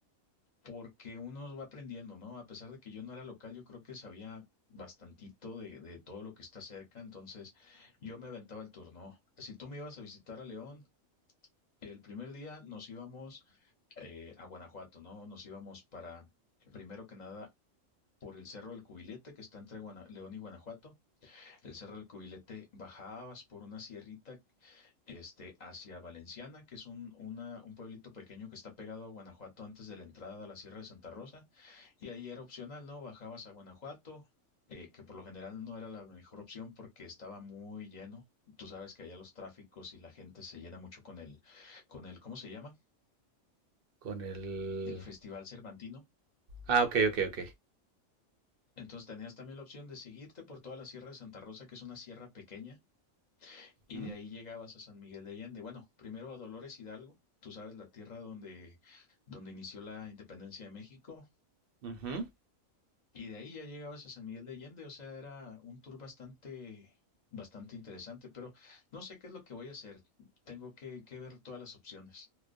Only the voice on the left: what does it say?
porque uno va aprendiendo, ¿no? A pesar de que yo no era local, yo creo que sabía bastantito de, de todo lo que está cerca, entonces yo me aventaba el turno. Si tú me ibas a visitar a León, El primer día nos íbamos eh, a Guanajuato, ¿no? Nos íbamos para, primero que nada, por el Cerro del Cubilete, que está entre Guana- León y Guanajuato. El Cerro del Cubilete bajabas por una sierrita este, hacia Valenciana, que es un, una- un pueblito pequeño que está pegado a Guanajuato antes de la entrada a la Sierra de Santa Rosa. Y ahí era opcional, ¿no? Bajabas a Guanajuato, eh, que por lo general no era la mejor opción porque estaba muy lleno. Tú sabes que allá los tráficos y la gente se llena mucho con el, con el, ¿cómo se llama?
el Festival Cervantino.
Entonces tenías también la opción de seguirte por toda la Sierra de Santa Rosa, que es una sierra pequeña, y
de ahí llegabas a San Miguel de Allende. Bueno, primero a Dolores Hidalgo, tú sabes, la tierra donde, donde inició la independencia de México,
y de ahí ya llegabas a San Miguel de Allende, o sea, era un tour bastante, bastante interesante, pero no sé qué es lo que voy a hacer, tengo que, que ver todas las opciones.